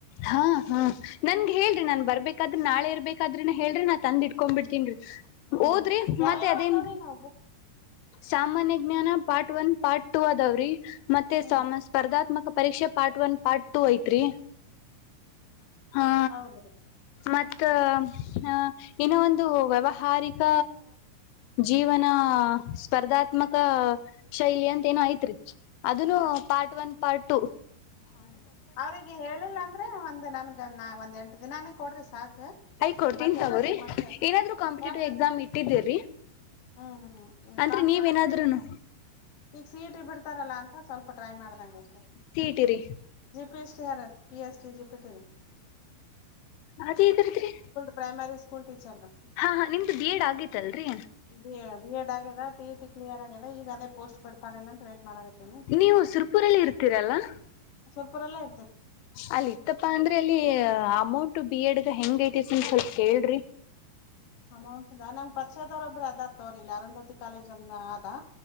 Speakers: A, on the left; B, on the left.
A: ಹಾ ಹಾ ನನ್ಗೆ ಹೇಳ್ರಿ ನಾನ್ ಬರ್ಬೇಕ ಅದ್ರ ನಾಳೆ ಇರ್ಬೇಕಾದ್ರೆನೇ ಹೇಳ್ತಿ ನಾನ್ ತಂದ ಇಟ್ಕೊಂಡ್ ಬಿಡ್ತೀನರಿ
B: ಹ್ಮ್
A: ಓದ್ರಿ
B: ಯಾವ್ಯಾವ್
A: ಮತ್ತೆ ಅದೇನ್
B: ಅದಾವೇನೋ
A: ಸಾಮಾನ್ಯ ವಿಜ್ಞಾನ ಪಾರ್ಟ್ ಒನ್ ಪಾರ್ಟ್ ಟೂ ಅದಾವ್ರೀ ಮತ್ತೆ
B: ಹ್ಮ್
A: ಸ್ಪರ್ಧಾತ್ಮಕ ಪರೀಕ್ಷೆ ಪಾರ್ಟ್ ಒನ್ ಪಾರ್ಟ್ ಟೂ ಐತ್ರಿ ಹಾ
B: ಹೌದ್ರಿ
A: ಮತ್ತ ಹ ಹಿನಾ ಒಂದು ವ್ಯಾವಹಾರಿಕ ಜೀವನ ಸ್ಪರ್ಧಾತ್ಮಕ ಶೈಲಿ ಅಂತ ಏನು ಐತ್ರಿ ಅದನ್ನು ಪಾರ್ಟ್ ಒನ್ ಪಾರ್ಟು
B: ಹ್ಮ ಅವ್ರಿಗೆ ಹೇಳಿಲ್ಲ ಅಂದ್ರೆ ಒಂದ ನನ್ಗ ನಾ ಒಂದ್ ಎಂಟ ದಿನಾನೇ ಕೊಡ್ರಿ ಸಾಕ ತ್ತೆ
A: ಐ ಕೊಡ್ತೀನ್
B: ಮತ್ತೆ
A: ತಗೋರಿ
B: ಎಲ್ಲ <unintelligible> ಮತ್ತ್
A: ಏನಾದ್ರು ಕಾಂಪಿಟೇಟಿವ್
B: ಯಾಕಂದ್ರ
A: ಎಕ್ಸಾಮ್ ಇಟ್ಟಿದ್ದೀರಿ
B: ಹ್ಮ ಹ್ಮ ಈ
A: ಅಂದ್ರೆ
B: ಕಾಂಪಟೇಟಿವ್
A: ನೀವ್ ಏನಾದ್ರುನು
B: ಈಗ ಸೀಟ ಬಿಡ್ತಾರಲ್ಲ ಅಂತ ಸ್ವಲ್ಪ ಟ್ರೈ ಮಾಡ್ದಂಗ ಅಷ್ಟೆ
A: ಟಿರಿ
B: ಪಿಸಿಆರ್ ಪಿ ಎಸ್ಟಿ ಜಿಪಿಟಿದ
A: ಅದ ಏದದ್ರಿ
B: ಪ್ರೈಮರಿ ಸ್ಕೂಲ್ ಟೀಚರ್ದ
A: ಹಾ ಹ ನಿಮ್ದು ಡಿಎಡ್ ಆಗೇತಲ್ರಿ
B: ಬಿ ಬಿ ಎಡ್ ಆಗ್ಯಿದೆ ಟಿ ಇ ಟಿ ಕ್ಲಿಯರ್ ಆಗ್ಯಿದೆ ಈಗ ಅದೇ ಪೋಸ್ಟ್ ಬಿಡ್ತಾರ ನಂತ ವೇಟ್ ಮಾಡಕತೀನಿ
A: ನೀವು ಸುರ್ಪುರಲ್ಲಿ ಇರ್ತೀರಲ್ಲಾ
B: ಸವರ್ಪುರಲ್ಲೇ
A: ಅಲ್ಲಿ ಇತ್ತಪ್ಪ ಅಂದ್ರೆ ಅಲ್ಲಿ ಅಮೌಂಟ್ ಬಿ ಎಡ್ಗ ಹೆಂಗ ಐತಿತಿ ಸ್ವಲ್ಪ ಕೇಳ್ರಿ
B: ಅಮೌಂಟ್ದ ನಂ್ ಪರಿಚಯದವಾರೊಬ್್ರ ಅದಾರ್ ತೋ್ರಿಲ್ಲ ಅರಂಧತಿ ಕಾಲೇಜ್ ಅಂದ ಾ